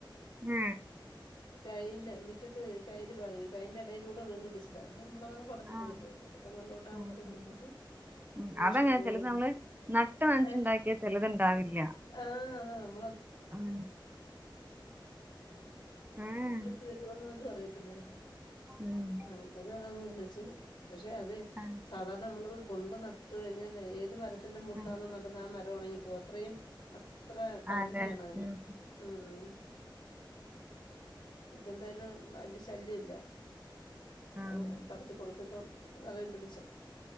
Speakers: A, on the right (about 20°); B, on the left (about 60°).
A: മ്
B: ടൈല് മുറ്റത്ത് ടൈല് പാകി അപ്പൈൻ്റെടെലൂടെ വീണ്ടും വിളിച്ചതാ നമ്മളതങ്ങ് പടത്തി
A: ആഹ്
B: കൊടുത്ത് മേളിലോട്ടങ്ങ്
A: ആഹ്
B: പടത്തി കൊടുത്തപ്പം
A: ആഹ് ഉം
B: പിന്നിഷ്ടം
A: അതങ്ങനെ
B: പോലെ
A: ചിലത് നമ്മള് നട്ട് നനച്ചുണ്ടാക്കിയ
B: ഏ
A: ചിലതുണ്ടാവില്ല
B: ആ അതാ <unintelligible> <unintelligible> <unintelligible>
A: ഉം ഏഹ്
B: വിളിച്ച് വരോന്ന്ങ്ങട്ട് പറിയിം പിന്നെ
A: ഉം
B: ആ ഇബല് പറഞ്ഞ് കുളിച്ച് പക്ഷെ അത്
A: ആഹ്
B: സാധാരണ നമ്മളത് കൊണ്ട് നട്ട് കഴിഞ്ഞാലേ ഏത് മര <unintelligible> മൂട്ടി
A: ആഹ്
B: ലൊന്ന് നടന്നാ മത് തൊടങ്ങിപ്പോവും അത്രയും അ അത്ര പഞ്ഞിയാണ്
A: അതെ
B: അതിന്
A: ഉം
B: ഉം ഇതെന്തായാലും വല്ല്യ ശല്യല്ല
A: ആഹ്
B: ആ പടത്തി കൊടുത്തിപ്പം നെറയെ പിടിച്ച്